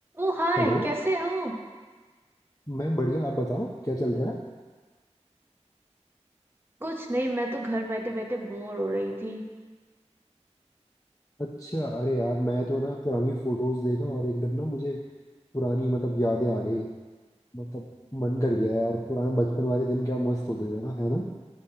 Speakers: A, on the right; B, on the left.
A: ओ hi
B: Hello
A: कैसे हो
B: मैं बढ़िया आप बताओ क्या चल रहा है
A: कुछ नहीं मैं तो घर बैठे बैठे बोर हो रही थी
B: अच्छा अरे यार मैं तो ना पुरानी फोटोज देखा और एकदम ना मुझे पुरानी मतलब यादें आ गई मतलब मन कर गया यार पुराने बचपन वाले दिन क्या मस्त होते थे ना है ना